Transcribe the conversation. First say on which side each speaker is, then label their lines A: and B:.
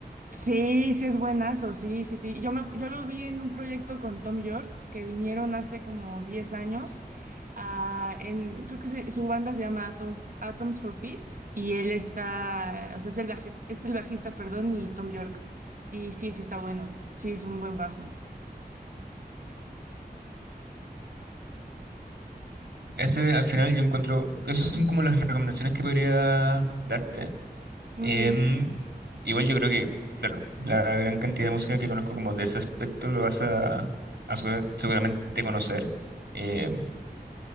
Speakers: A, on the right (about 55°); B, on the right (about 80°).
A: Sí, sí es buenazo, sí, sí, sí. Yo, me acu- yo lo vi en un proyecto con Tom York, que vinieron hace como 10 años, ah, en, creo que se- su banda se llama Atom- Atoms for Peace, y él está, o sea, es el, baje- es el bajista, perdón, y Tom York. Y sí, sí está bueno, sí, es un buen bajo.
B: Ese al final yo encuentro, esas son como las recomendaciones que podría darte.
A: Muy
B: Em,
A: bien.
B: igual yo creo que, claro, la gran cantidad de música que conozco como de ese aspecto lo vas a, a su- seguramente conocer. Em,